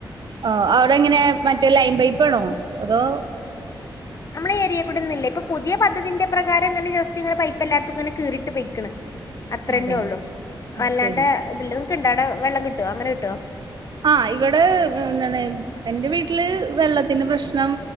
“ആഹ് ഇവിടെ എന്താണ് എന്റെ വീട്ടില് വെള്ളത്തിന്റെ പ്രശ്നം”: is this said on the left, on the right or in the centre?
Right